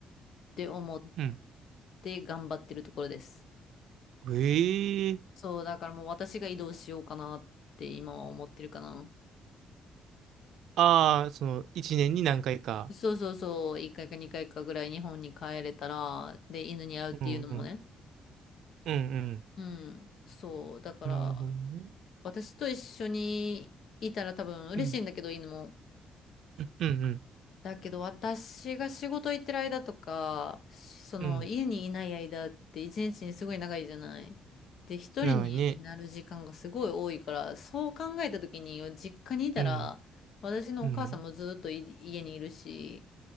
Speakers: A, on the left; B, on the right.
A: て思っ
B: うん、
A: て頑張ってるところです。
B: ええ、
A: そう、だからもう私が移動しようかなって今は思ってるかな。
B: ああ、その、一年に何回か。
A: そうそうそう、1回か2回かいかぐらい日本に帰れたら、で、犬に会うっていうのもね。
B: うん、うん、うん、
A: うん、そう、だから、
B: うん、なるほどね。
A: 私と一緒にいたら多分嬉しいんだけど、
B: うん、
A: 犬も。
B: うん、うん、
A: だけど私が仕事行ってる間とか、その家にいない間って一日にすごい長いじゃない。
B: うん、
A: で、一人になる時間がすごい多いから、
B: 長いね。
A: そう考えた時に実家にいたら、
B: うん、
A: 私のお母さんもずっとい家にいるし、
B: うん、